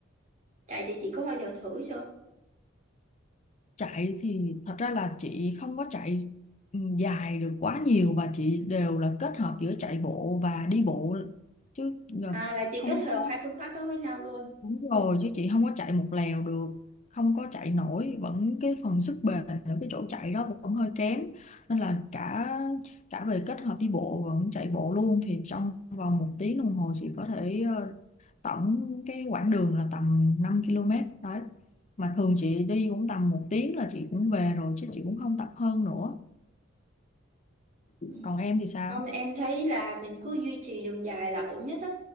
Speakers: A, on the right; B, on the left.
A: chạy thì chị có bao giờ thử chưa?
B: chạy thì thật ra là chị không có chạy ừ, dài được quá nhiều và chị đều là kết hợp giữa chạy bộ và đi bộ chứ ờ,
A: À là chị
B: không
A: kết hợp
B: có
A: hai phương pháp đó với nhau luôn.
B: Đúng rồi chứ chị không có chạy một lèo được không có chạy nổi vẫn cái phần sức bền ở cái chỗ chạy đó vẫn hơi kém nên là cả cả về kết hợp đi bộ vẫn chạy bộ luôn thì trong vòng một tiếng đồng hồ chị có thể ờ, tổng cái quãng đường là tầm 5 km đấy mà thường chị đi cũng tầm một tiếng là chị cũng về rồi chứ chị cũng không tập hơn nữa
A: Ừ.
B: còn em thì sao
A: Không em thấy là mình cứ duy trì đường dài là ổn nhất á.